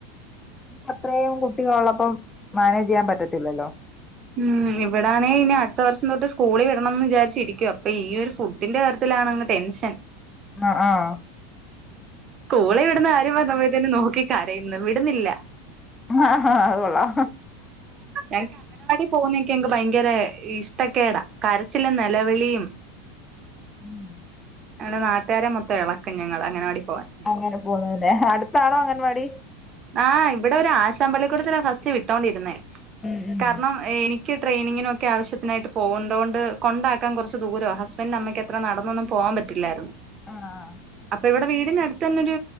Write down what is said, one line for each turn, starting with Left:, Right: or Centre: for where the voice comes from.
Left: അത്രയും കുട്ടികളൊള്ളപ്പം മാനേജ് ചെയ്യാൻ പറ്റത്തില്ലല്ലോ
Right: ഉം. ഇവിടാണേ ഇനി അടുത്ത വർഷം തൊട്ട് സ്കൂളീ വിടണംന്ന് വിചാരിച്ചിരിക്ക അപ്പൊ ഈ ഒരു ഫുഡിന്റെ കാര്യത്തിലാണ് ടെൻഷൻ <inaudible>
Left: അഹ് ആഹ്
Right: സ്കൂളി വിടുന്ന കാര്യം പറഞ്ഞപ്പോഴത്തേനും നോക്കി കരയുന്നു വിടുന്നില്ല.
Left: ആഹ് ആഹ് അതുകൊള്ളാം
Right: ഞങ്ങക്ക് അംഗനവാടി പോകുന്നക്കെ ഞങ്ങക്ക് ഭയങ്കര ഇഷ്ടക്കേടാ കരച്ചിലും
Left: ഇഷ്ടല്ല.
Right: നിലവിളിയും
Left: ഉം
Right: ഞങ്ങടെ നാട്ടുകാരെ മൊത്തം ഇളക്കും ഞങ്ങള് അങ്ങനവാടിൽ പോവാൻ
Left: അങ്ങനെ പോവുന്നുല്ലെ അടുത്താണോ അംഗൻവാടി
Right: ആഹ് ഇവിടെ ഒരു ആശാൻ പള്ളിക്കൂടത്തിലാ ഫസ്റ്റ് വിട്ടോണ്ടിരുന്നേ.
Left: ഉം ഉം
Right: കാരണം എനി ക്ക് ട്രെയിനിങ്ങിനൊക്കെ ആവശ്യത്തിനായിട്ട് പോവണ്ടോണ്ട് കൊണ്ടാക്കാൻ കൊറച്ച് ദൂരാ ഹസ്ബൻന്റിന്റെമ്മക്കത്രെ നടന്നൊന്നും പോവാൻ പ <unintelligible>
Left: ആണോ
Right: അപ്പൊ ഇവിടെ വീടിനടുത്ത് തന്നെ ഒരു